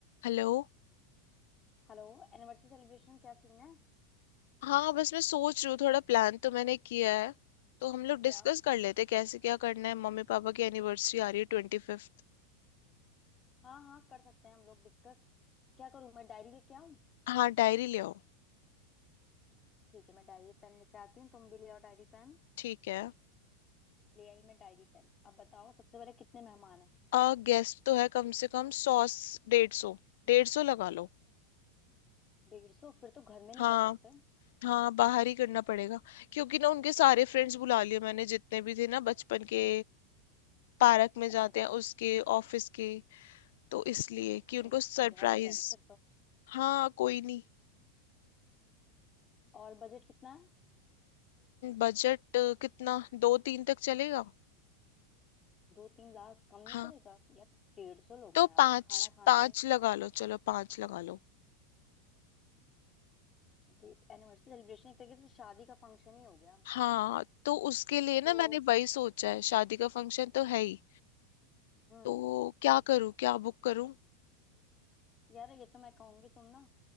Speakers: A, on the left (about 65°); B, on the left (about 25°).
A: Hello
B: Hello Anniversary celebration क्या scene है
A: हाँ बस मैं सोच रही हूँ थोड़ा प्लान तो मैंने किया है तो हम लोग डिस्कस
B: क्या
A: कर लेते हैं कैसे क्या करना है मम्मी पापा की एनिवर्सरी आ रही है ट्वेंटी फिफ्थ
B: हाँ हाँ कर सकते हैं हम लोग डिस्कस क्या करूँ मैं डायरी लेके आऊँ
A: हाँ डायरी ले आओ
B: ठीक है मैं डायरी पेन लेके आती हूँ तुम भी ले आओ डायरी पेन
A: ठीक है
B: ले आई मैं डायरी पेन अब बताओ सबसे पहले कितने मेहमान हैं
A: आ गेस्ट तो है कम से कम सौ डेढ़ सौ डेढ़ सौ लगा लो
B: डेढ़ सौ फिर तो घर में नहीं
A: हाँ
B: कर सकते
A: हाँ बाहर ही करना पड़ेगा क्योंकि ना उनके सारे फ्रेंड्स बुला लिए मैंने जितने भी थे ना बचपन के पार्क में
B: अच्छा
A: जाते
B: अच्छा
A: हैं उसके ऑफिस के तो इसलिए कि
B: <clears throat>
A: उनको सरप्राइज
B: बहुत हो जाएंगे फिर तो
A: हाँ कोई नहीं
B: और बजट कितना है
A: बजट कितना दो तीन तक चलेगा
B: दो तीन लाख कम नहीं
A: हाँ
B: पड़ेगा यार डेढ़ सौ लोग
A: तो
B: हैं यार
A: पाँच
B: खाना खाना
A: पाँच
B: ही
A: लगा लो चलो पाँच लगा लो
B: एनिवर्सरी सेलिब्रेशन एक तरीके से शादी का फंक्शन ही हो गया
A: हाँ तो उसके लिए ना
B: तो
A: मैंने वही सोचा है शादी का फंक्शन तो है ही
B: हम्म
A: तो क्या करूँ क्या बुक करूँ
B: यार ये तो मैं कहूंगी तुम ना